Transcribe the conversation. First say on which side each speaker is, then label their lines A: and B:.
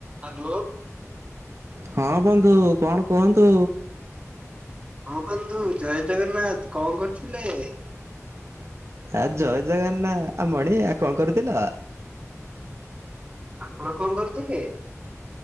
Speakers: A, on the right (about 25°); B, on the right (about 55°).
A: ହାଲୋ।
B: ହଁ ବନ୍ଧୁ କଣ କୁହନ୍ତୁ।
A: ହଁ ବନ୍ଧୁ ଜୟ ଜଗନ୍ନାଥ କଣ କରୁଥିଲେ?
B: ଆ ଜୟ ଜଗନ୍ନା ଆ ମଣି ଆ କଣ କରୁଥିଲ?
A: ଆପଣ କଣ କରୁଥିଲେ?